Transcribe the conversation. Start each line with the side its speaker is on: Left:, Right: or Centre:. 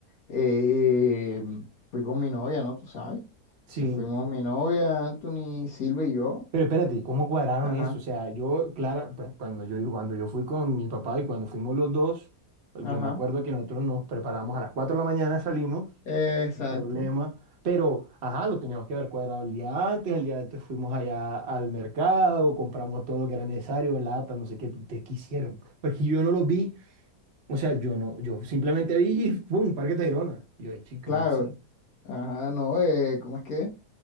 Left: eh, fui con mi novia, ¿no? Tú sabes. Entonces
Right: Sí,
Left: fuimos mi novia, Anthony, Silvia y yo.
Right: pero espérate, ¿cómo cuadraron
Left: Ajá,
Right: eso? O sea, yo, Clara, pues cuando yo, cuando yo fui con mi papá y cuando fuimos los dos,
Left: ajá.
Right: yo me acuerdo que nosotros nos preparamos a las 4 de la mañana, salimos.
Left: eh, exacto.
Right: un problema. Pero, ajá, lo teníamos que haber cuadrado el día antes. El día antes fuimos allá al mercado, compramos todo lo que era necesario, lata, no sé qué. ¿Ustedes qué hicieron? Porque yo no lo vi. O sea, yo no, yo simplemente vi y ¡pum! Parque Tayrona. Y Yo, chico,
Left: Claro.
Right: ¿cómo así?
Left: Ajá, no, eh, ¿cómo es que?